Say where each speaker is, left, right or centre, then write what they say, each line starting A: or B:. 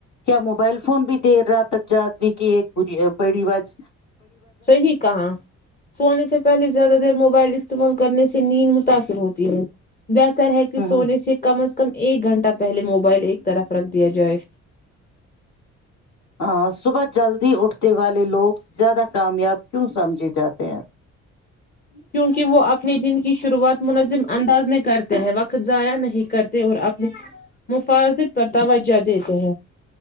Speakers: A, on the left; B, on the left.
A: کیا موبائل فون بھی دیر رات تک جاگنے کی ایک ب بڑی بات
B: صحیح کہاں سونے سے پہلے زیادہ دیر موبائل استعمال کرنے سے نیند متاثر ہوتی ہے بہتر ہےیکہ
A: ہوں
B: سونس یہ کمس کم ایک گھنٹہ پہلے موبائل ایک طرف رکھ دیا جائے
A: ہاں صبح جلدی اٹھتے والے لوگ زیادہ کامیاب کیوں سمجھی جاتے ہیں
B: کیونکہ وہ اپنے دن کی شروعات منظم انداز میں کرتے ہیں وقت ضائع نہیں کرتے اور اپنی مفاظت پر توجہ دیتے ہیں